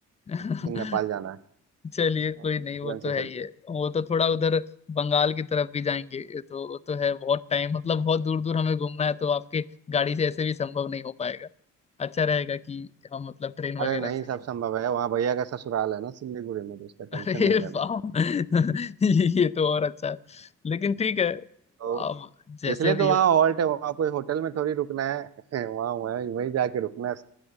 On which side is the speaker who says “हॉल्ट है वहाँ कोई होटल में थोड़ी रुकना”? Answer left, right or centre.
Right